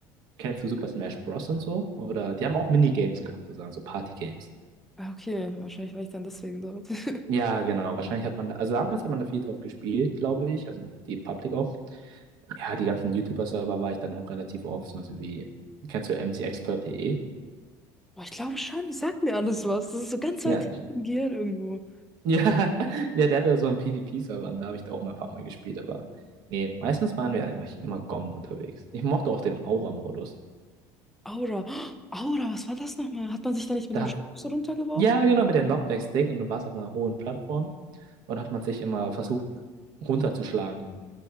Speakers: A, on the right (about 50°); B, in the centre.
A: kennst du Super Smash Bros. und so? Oder die haben auch Minigames gehabt, sozusagen, so Party-Games.
B: Ah, Okay, wahrscheinlich war ich dann deswegen dort. <laughs>
A: Ja, genau. Wahrscheinlich hat man da, also damals hat man da viel drauf gespielt, glaube ich. Also die Public auch. Ja, die ganzen YouTuber-Server war ich dann auch relativ oft. Zum Beispiel wie, kennst du mcexpert.de?
B: Boah, ich glaube schon, es sagt mir alles was. Das ist so ganz
A: Ja,
B: weit
A: ich-
B: hinten
A: <laughs>
B: im Gehirn irgendwo.
A: ja, ja, der hatte so einen PvP-Server und da habe ich da auch mal ein paar Mal gespielt, aber nee, meistens waren wir eigentlich immer GOM unterwegs. Ich mochte auch den Aura-Modus.
B: Aura. <gasps> Oh, Aura, was war das nochmal? Hat man sich da nicht mit
A: Da,
B: dem Stock so runtergeworfen?
A: ja, genau, mit dem Knockback-Stick und du warst auf einer hohen Plattform und hat man sich immer versucht runterzuschlagen.